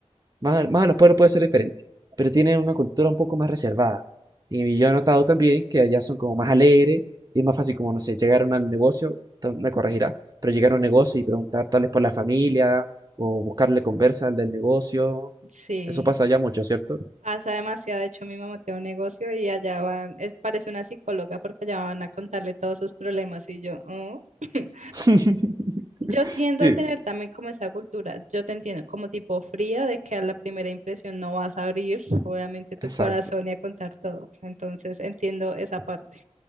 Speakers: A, on the right (about 30°); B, on the right (about 85°).
A: Más, a- más a los pueblos puede ser diferente, pero tienen una cultura un poco más reservada. Y yo he notado también que allá son como más alegres, y es más fácil como, no sé, llegar a un negocio, tal- me corregirá, pero llegar a un negocio y preguntar tal vez por la familia, o buscarle conversa al del negocio.
B: Sí,
A: Eso pasa allá mucho, ¿cierto?
B: pasa demasiado. De hecho, mi mamá tiene un negocio y allá van, es- parece una psicóloga porque allá van a contarle todos sus problemas y yo, "Oh". <laughs>
A: <laughs>
B: Yo tiendo
A: Sí.
B: a tener también como esa cultura, yo te entiendo, como tipo fría de que a la primera impresión no vas a abrir, obviamente, tu
A: Exacto.
B: corazón y a contar todo. Entonces, entiendo esa parte.